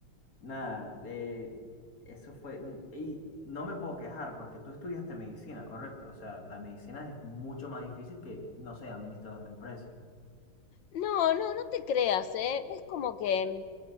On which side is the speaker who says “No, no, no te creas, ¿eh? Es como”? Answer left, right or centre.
Left